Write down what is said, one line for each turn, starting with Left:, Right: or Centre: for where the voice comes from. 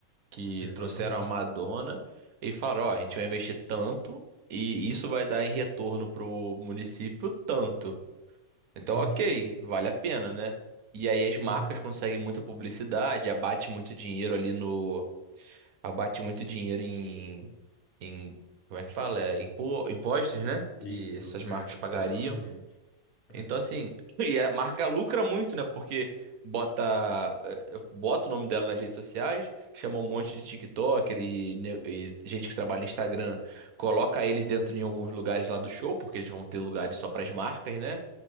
Right: Que
Left: Exatamente.
Right: trouxeram a Madonna e falaram: ó, a gente vai investir tanto e isso vai dar em retorno pro município tanto. Então,
Left: Uhum,
Right: ok, vale a pena, né? E aí as marcas
Left: uhum.
Right: conseguem muita publicidade, abate muito dinheiro ali no. Abate muito dinheiro em. em como é que fala? É, impo- impostos, né?
Left: Isso,
Right: Que essas marcas
Left: é,
Right: pagariam.
Left: exatamente.
Right: Então,
Left: É.
Right: assim, <laughs> e a marca lucra muito, né? Porque bota, eh, bota o nome dela nas redes sociais, chama um monte de TikTok e, ne- e gente que trabalha no Instagram, coloca eles dentro de alguns lugares lá do show, porque eles vão ter lugares só para as marcas, né?